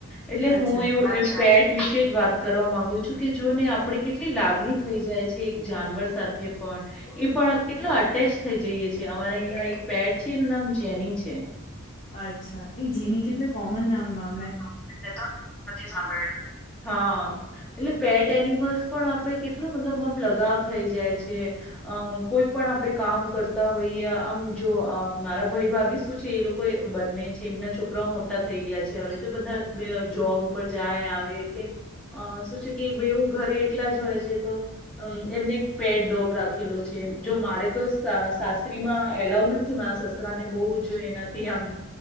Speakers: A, in the centre; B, on the left.
A: એટલે
B: અચ્છા
A: હું એું પેટ વિશે વાત કરો માંગુ છું કે જો ને આપણે કેટલી લાગણી થઈ જાય છે એક જાનવર સાથે પણ એ પણ કેટલો અટેચ થઈ જઈએ છે અમારા અહં એક પેટ છે એનું નામ જેની છે
B: અચ્છા એ જીની કેટલે કોમન નામ <inaudible>
A: <inaudible> હા એટલે પેટ એનિમલ્ પણ આપડે કેટલું મતલબ આમ લગાવ થઈ જાય છે અ કોઈ પણ આપણેે કામ કરતા હોઈએ આમ જો મારા ભાઈ ભાભી શું છે એ લોકો બંને છે એમના છોકરાઓ મોટા થઈ ગયા છે હવે તો એ બધા જોબ ઉપર જાય આવે એટલે શું છે કે બેવું ઘરે એકલા જ હોય છે તોમ એમને એક પેટ ડોગ રાખેલો છે જો મારે તો સાસરીમાં એલાવ નથી મારા સસરા ને બહ જ એનાથી આમ